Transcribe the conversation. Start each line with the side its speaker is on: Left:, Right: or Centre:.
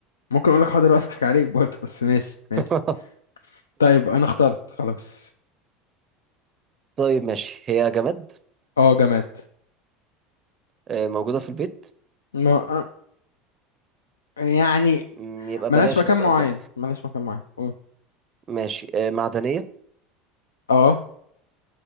Left: ممكن اقول لك حاضر واضحك عليك برضه بس ماشي
Right: <laughs>
Left: ماشي طيب انا اخترت خلاص
Right: طيب ماشي هي جماد
Left: اه جماد
Right: آه، موجودة في البيت
Left: ما آه، يعني
Right: مم، يبقى
Left: ملهاش
Right: بلاش
Left: مكان
Right: السؤال
Left: معين
Right: ده
Left: ملهاش مكان معين قول.
Right: ماشي آه، معدنية
Left: اه